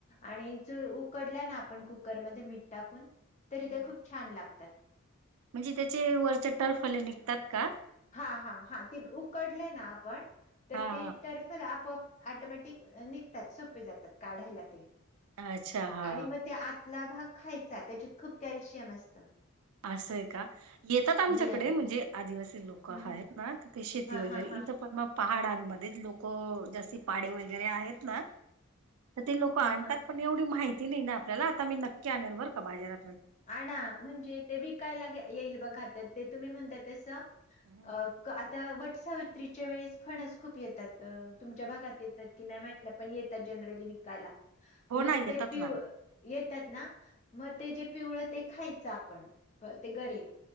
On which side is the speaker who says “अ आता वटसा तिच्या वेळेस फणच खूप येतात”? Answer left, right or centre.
Left